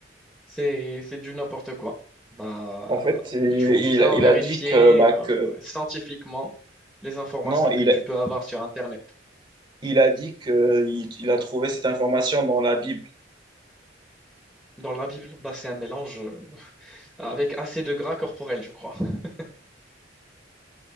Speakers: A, in the centre; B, on the right (about 25°).
A: C'est, c'est du n'importe quoi. Bah,
B: En fait, il,
A: il faut
B: il-
A: bien
B: il
A: vérifier
B: a dit que, bah,
A: euh,
B: que
A: scientifiquement les informations
B: non, il,
A: que tu peux avoir sur Internet.
B: il a dit que il, il a trouvé cette information dans la Bible.
A: Dans la Bible, bah, c'est un mélange euh, avec assez de gras corporel, je crois. <laughs>